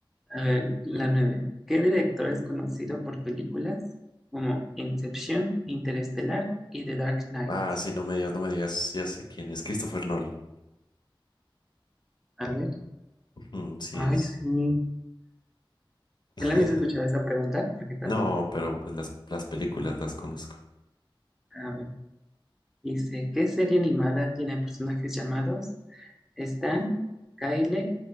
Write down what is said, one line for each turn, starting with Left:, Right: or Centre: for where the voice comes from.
Centre: A ver, la nueve ¿Qué director es conocido por películas como Inception, Interestelar y The Dark Knight?
Left: Ah, sí, no me digas, no me digas, ya sé quién es, Christopher Nolan.
Centre: A ver,
Left: Mm, sí
Centre: ay,
Left: es.
Centre: sí.
Left: <laughs>
Centre: ¿Ya la habías escuchado esa pregunta? Porque tan
Left: No,
Centre: rápido.
Left: pero pues las, las películas las conozco.
Centre: Ah, bueno. Dice, ¿qué serie animada tiene personajes llamados Stan, Kyle,